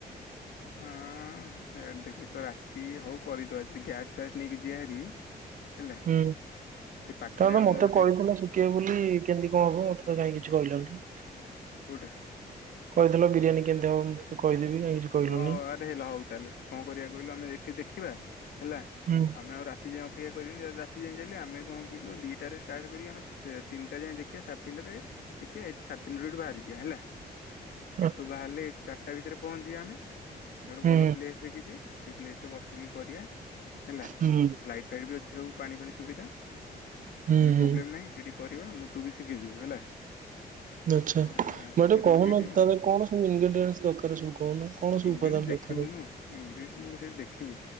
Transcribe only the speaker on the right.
ହୁଁ
ତମତେ
କହିଥିଲେ କିଏ ବୋଲି କେମିତି କଣ ହବ ମତେତ କାହିଁ କିଛି କହିଲନି।
କହିଥିଲ ବିରିୟାନୀ କେମିତି ହବ କହିଦେବି କାଇଁ କିଛି କହିଲନି।
ହୁଁ
<inaudible>
ହୁଁ
ହୁଁ
ହୁଁ ହୁଁ
ଆଚ୍ଛା
ମତେ କହୁନ
ତାର କଣ ସବୁ ଇନଗ୍ରେଡିଏଟ ଦରକାର୍ ସବୁ କହୁନ? କଣ ସବୁ
ଉପାଦାନ
ଦରକାର?